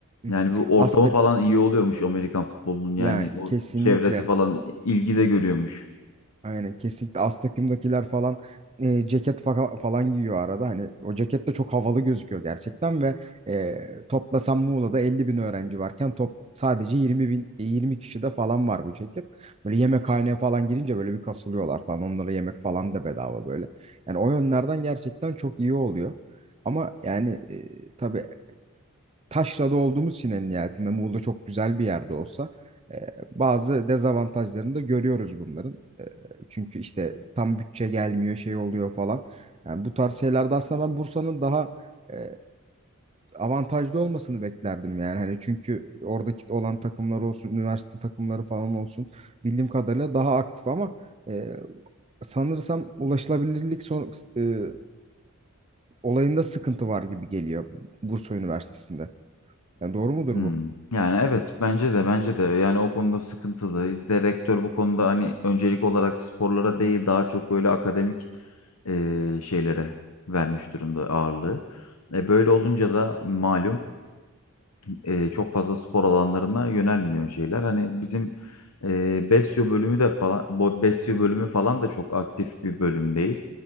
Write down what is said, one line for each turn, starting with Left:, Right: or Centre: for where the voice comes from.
Right: Hı.
Left: Yani bu ortamı
Right: Astak
Left: falan iyi oluyormuş Amerikan futbolunun yani
Right: yani
Left: o
Right: kesinlikle
Left: çevresi falan ilgi de görüyormuş.
Right: aynen kesinlikle az takımdakiler falan e, ceket fa- falan giyiyor arada hani o ceket de çok havalı gözüküyor gerçekten ve e, toplasan Muğla'da 50 bin öğrenci varken top sadece 20 bin 20 kişi de falan var bu ceket böyle yemekhaneye falan girince böyle bir kasılıyorlar falan onlara yemek falan da bedava böyle yani o yönlerden gerçekten çok iyi oluyor ama yani e, tabii taşrada olduğumuz için en nihayetinde Muğla çok güzel bir yerde olsa e, bazı dezavantajlarını da görüyoruz bunların. E, çünkü işte tam bütçe gelmiyor, şey oluyor falan. Yani bu tarz şeylerde aslında ben Bursa'nın daha e, avantajlı olmasını beklerdim yani. Hani çünkü oradaki olan takımlar olsun, üniversite takımları falan olsun bildiğim kadarıyla daha aktif ama e, sanırsam ulaşılabilirlik son, e, olayında sıkıntı var gibi geliyor Bursa Üniversitesi'nde. Yani doğru mudur
Left: Hmm.
Right: bu?
Left: Yani evet bence de bence de yani o konuda sıkıntılı. Bir de rektör bu konuda hani öncelik olarak sporlara değil daha çok böyle akademik eee, şeylere vermiş durumda ağırlığı. E, böyle olunca da malum e, çok fazla spor alanlarına yönelmiyor şeyler. Hani bizim e, Besyo bölümü de falan, bo- Besyo bölümü falan da çok aktif bir bölüm değil.